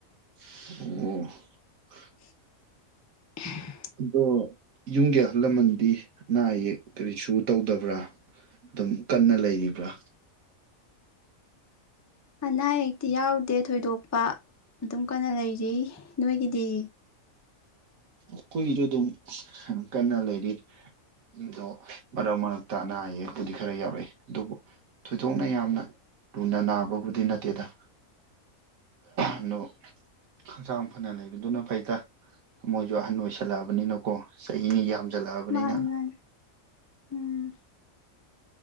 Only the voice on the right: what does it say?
ꯑꯣ
ꯑꯗꯣ ꯌꯨꯝꯒꯤ ꯑꯍꯜ ꯂꯃꯟꯗꯤ ꯑꯅꯥ ꯑꯌꯦꯛ ꯀꯔꯤꯁꯨ ꯇꯧꯗꯕ꯭ꯔꯥ ꯑꯗꯨꯝ ꯀꯟꯅ ꯂꯩꯔꯤꯕ꯭ꯔꯥ
ꯑꯩꯈꯣꯏꯒꯤꯁꯨ ꯑꯗꯨꯝ ꯀꯟꯅ ꯂꯩꯔꯤꯗꯣ ꯃꯔꯛ ꯃꯔꯛꯇ ꯑꯅꯥ ꯑꯌꯦꯛꯄꯨꯗꯤ ꯈꯔ ꯌꯥꯎꯔꯛꯏ ꯑꯗꯨꯕꯨ ꯊꯣꯏꯗꯣꯛꯅ ꯌꯥꯝꯅ ꯂꯨꯅ ꯅꯥꯕꯕꯨꯗꯤ ꯅꯠꯇꯦꯗ ꯑꯗꯣ ꯍꯛꯆꯥꯡ ꯐꯅ ꯂꯩꯕꯗꯨꯅ ꯐꯩꯇ ꯃꯣꯏꯁꯨ ꯑꯍꯟ ꯑꯣꯏꯁꯜꯂꯛꯑꯕꯅꯤꯅꯀꯣ ꯆꯍꯤꯅꯤ ꯌꯥꯝ ꯆꯂꯕꯅꯤꯅ